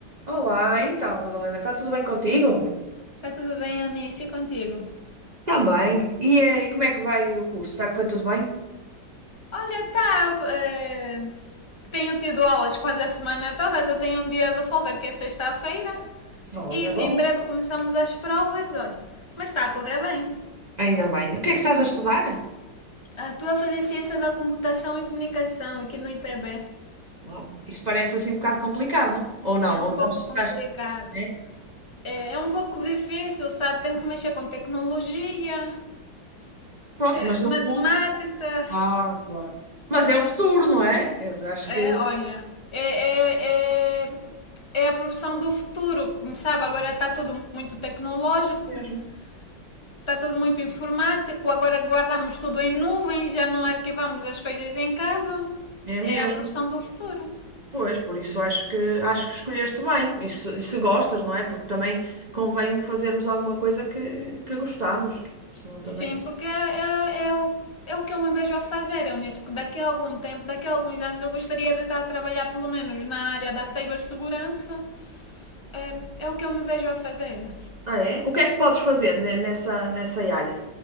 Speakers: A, on the right; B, on the left.
A: Olá, então, Madalena, está tudo bem contigo?
B: Tá tudo bem, Eunice, e contigo?
A: Também. E, eh, e como é que vai o curso? Está a correr tudo bem?
B: Olha, tá. eh, Tenho tido aulas quase a semana toda, eu tenho um dia de folga que é sexta-feira
A: Olha,
B: e
A: bom.
B: em breve começamos as provas, olha. Mas está a correr bem.
A: Ainda bem. O que é que estás a estudar?
B: Ah, Estou a fazer ciência da computação e comunicação aqui no IPB.
A: Uau, isso parece assim um bocado complicado, ou não?
B: É um
A: Ou estás,
B: pouco
A: estás-
B: complicado.
A: é?
B: É, é um pouco difícil, sabe? Tem que mexer com tecnologia,
A: Pronto,
B: eh,
A: mas no
B: matemática.
A: fundo. Ah, claro. Mas é o futuro, não é? Eu acho
B: É,
A: que é
B: olha, é, é, é, é a profissão do futuro, sabe? Agora está tudo muito tecnológico,
A: mesmo.
B: está tudo muito informático, agora guardamos tudo em nuvens, já não arquivamos as coisas em casa.
A: É
B: É
A: mesmo.
B: a profissão do futuro.
A: Pois, por isso acho que acho que escolheste bem. E se, e se gostas, não é? Porque também convém fazermos alguma coisa que, que gostamos. Senão também.
B: Sim, porque é, é, é o, é o que eu me vejo a fazer, eu nisso, porque daqui a algum tempo, daqui a alguns anos, eu gostaria de estar a trabalhar pelo menos na área da cibersegurança. É, é o que eu me vejo a fazer.
A: Ah, é? O que é que podes fazer ne- nessa, nessa área?